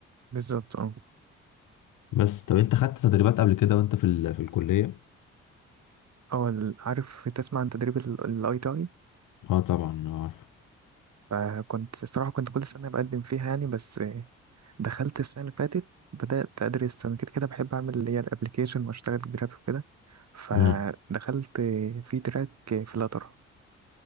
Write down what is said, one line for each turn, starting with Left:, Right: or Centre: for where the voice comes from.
Right: بالظبط اه
Left: بس طب انت خدت تدريبات قبل كده وانت في ال... في الكليه
Right: اه ال- عارف تسمع عن تدريب الاي تي اي
Left: اه طبعا عارف
Right: فكنت الصراحه كنت كل سنه بقدم فيها يعني بس آه، دخلت السنه اللي فاتت بدات ادرس انا كده كده بحب اعمل اللي هي الابلكيشن واشتغل جرافيك وكده فدخلت
Left: اه
Right: في تراك فلاتر